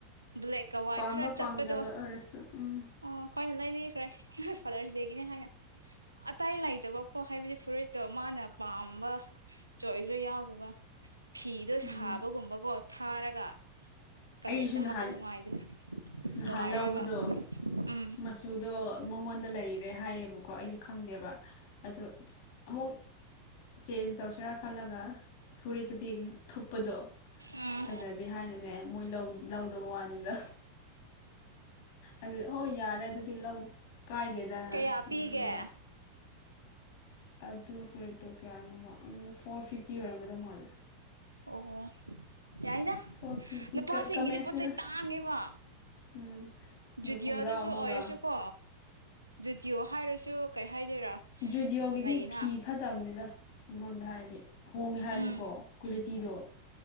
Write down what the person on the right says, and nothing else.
ꯕ꯭ꯂꯦꯛꯀ ꯋꯥꯏꯠ
ꯈꯔ ꯆꯠꯄꯗꯣ
ꯑꯣ ꯑꯩꯈꯣꯏꯅ ꯂꯩꯕꯤꯈꯔꯦ ꯐꯥꯗꯔꯁ ꯗꯦꯒꯤ ꯍꯥꯏꯅ ꯑꯇꯩ ꯂꯩꯇꯕ ꯀꯣ ꯍꯥꯏꯕꯗꯤ ꯐꯨꯔꯤꯠꯇꯣ ꯃꯥꯅ ꯄꯥꯝꯕ ꯆꯣꯏꯁꯁꯨ ꯌꯥꯎꯗꯕ ꯐꯤꯗꯣ
ꯁꯥꯕꯒꯨꯝꯕꯀꯣ ꯊꯥꯔꯒ ꯀꯥꯂꯦꯟꯗ
ꯍꯥꯞꯄ ꯅꯨꯡꯉꯥꯏꯗ
ꯅꯨꯡꯉꯥꯏꯔꯣꯏꯕ
ꯎꯝ
ꯎꯝ
ꯀꯌꯥ
ꯄꯤꯒꯦ
ꯑꯣ ꯌꯥꯏꯗ
ꯅꯨꯄꯥꯁꯤꯡꯒꯤꯗꯤ
ꯄꯣꯠꯆ ꯆꯩ ꯇꯥꯡꯉꯦꯕ
ꯖꯨꯗꯤꯌꯣꯗꯁꯨ
ꯑꯣꯏꯔꯁꯨꯀꯣ ꯖꯨꯗꯤꯌꯣ ꯍꯥꯏꯔꯁꯨ ꯀꯩ ꯍꯥꯏꯗꯣꯏꯔꯥ
ꯎꯝ ꯂꯩꯌꯦꯅ
ꯎꯝ